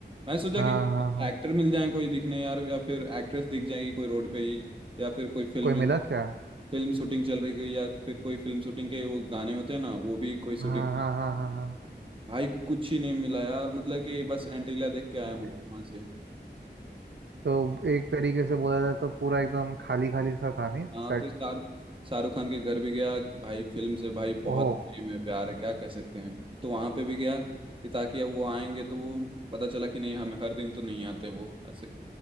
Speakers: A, on the right; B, on the right.
A: मैं सोचा
B: हाँ
A: कि
B: हाँ हाँ
A: एक्टर मिल जाए कोई दिखने यार या फिर एक्ट्रेस दिख जाएगी कोई रोड पे ही या फिर कोई फिल्म
B: कोई मिला क्या
A: फिल्म शूटिंग चल रही हुई या फिर कोई फिल्म शूटिंग के वो गाने होते हैं ना वो भी कोई शूटिंग
B: हाँ हाँ हाँ हाँ हाँ
A: भाई कुछ ही नहीं मिला यार मतलब कि बस एंटीला देख के आया
B: अरे
A: हूँ वहां से
B: तो एक तरीके से बोला जाए तो पूरा एकदम खाली खाली सा था नहीं
A: हाँ
B: सेट
A: फिर शाहरुख शाहरुख खान के घर भी गया भाई फिल्म से भाई बहुत
B: ओह
A: प्रेम है प्यार है क्या कह सकते हैं तो वहां पे भी गया कि ताकि अब वो आएंगे तो वो पता चला कि नहीं हमें हर दिन तो नहीं आते वो ऐसे